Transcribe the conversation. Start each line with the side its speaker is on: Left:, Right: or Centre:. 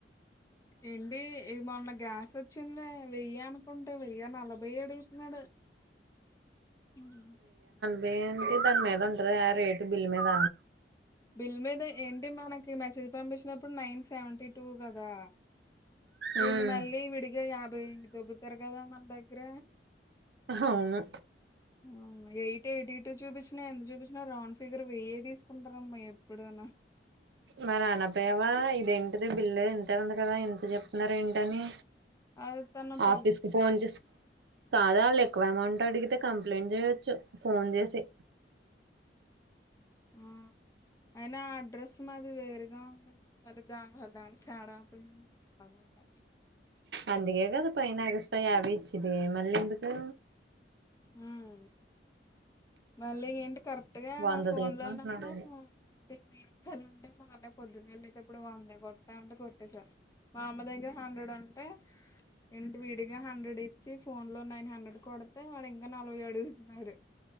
Left: ఏంటి ఇది మొన్న గ్యాస్ వో చ్చింద వెయ్యి అనుకుంటే వెయ్య నలభై అడుగుతున్నాడు హ్మ్.
Right: వెనికి దాని మీద ఉంటది రేటు బిల్లు మీద
Left: బిల్ మీద ఏంటి మనకి మెసేజ్ పంపించినప్పుడు నైన్ సెవెంటీ టూ కదా
Right: ఉమ్
Left: ఇళ్ళు మళ్ళీ విడిగా యాభై దబ్బతారు కదా మన దగ్గర
Right: అవును
Left: ఆ! ఎయిట్ ఎయిటీ టూ చూపించినా ఎంత చూపించినా రౌండ్ ఫిగర్ వెయ్యే తీసుకుంటారమ్మా ఎప్పుడును
Right: మారి అనక పయావా ఇదేంటిది బిల్లు ఎంతే ఉంది కదా ఎంత చెప్తున్నారు ఏంటని
Left: అది తన పెద్ద
Right: ఆఫీస్ కు ఫోన్ చే కాదా వాళ్ళు ఎక్కువ అమౌంట్ అడిగితే కంప్లైంట్ చెయొచ్చు ఫోన్ చేసి
Left: ఆ అయినా అడ్రస్ మాది వేరుగా ఉంది మళ్ళీ దానివల్ల ఏమన్నా తేడా అవుతుంది ఆ
Right: అందుకే కదా పనాగిస్ం యాభై ఇచ్చిది మళ్ళీ ఎందుకు
Left: ఉమ్ మళ్ళీ ఏంటి కరెక్ట్ గా
Right: వంద
Left: నా ఫోన్
Right: తీసుకుంటున్నాడు
Left: లో నమ అంటే నీరుకయలు ఉంటే మాంటే పొద్దున్నెళ్ళటప్పుడు వందే కొట్టా అంటే కొట్టేసారు <unintelligible> మా అమ్మ దగ్గర హండ్రెడ్ అంటే ఇంటి విడిగా హండ్రెడ్ ఇచ్చి ఫోన్ లో నైన్ హండ్రెడ్ కొడితే వాడు ఇంకా నలభై అడుగు తినాడు